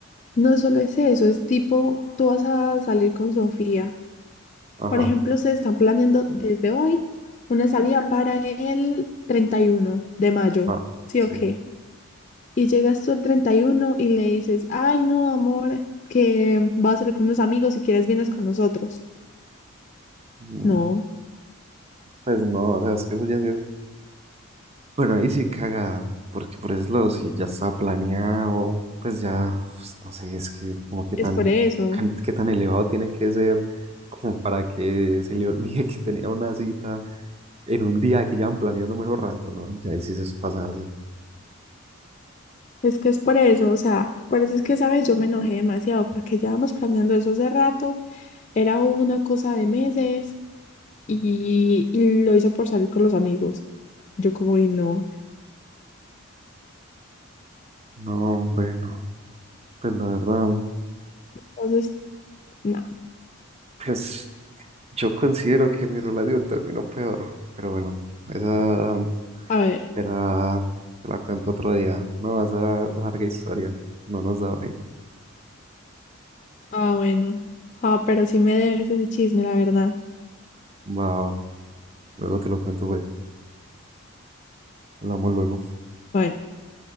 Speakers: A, on the left (about 35°); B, on the right (about 30°).
A: no solo es eso, es tipo, tú vas a salir con Sofía.
B: Ajá,
A: Por ejemplo, se están planeando desde hoy una salida para el treinta y uno de mayo.
B: ajá,
A: Sí,
B: sí.
A: ok. Y llegas tú el 31 y uno y le dices, ay, no, amor, que vas a salir con unos amigos, si quieres vienes con nosotros.
B: Mm,
A: No,
B: Pues no, o sea, es que eso ya sí es. Bueno, ahí sí caga, porque por eso si ya está planeado, pues ya, pues, no sé, es que como que tan,
A: es por eso.
B: can- qué tan elevado tiene que ser como para que se le olvide que tenía una cita en un día que llevan planeando menos rato, ¿no? Ya ahí sí eso es pasarse.
A: Es que es por eso. O sea, por eso es que, ¿sabes? Yo me enojé demasiado porque llevamos planeando eso hace rato. Era una cosa de meses y, y lo hizo por salir con los amigos. Yo como, y no.
B: No, hombre, no. Pues la verdad,
A: Entonces, no.
B: pues yo considero que mi relación terminó peor, pero bueno, esa.
A: A ver.
B: Te la, te la cuento otro día. No, esa larga historia. No nos da hoy.
A: Ah, bueno. Ah, pero sí me debes ese chisme, la verdad.
B: Va, va. Luego te lo cuento, pues. Hablamos luego.
A: Bueno,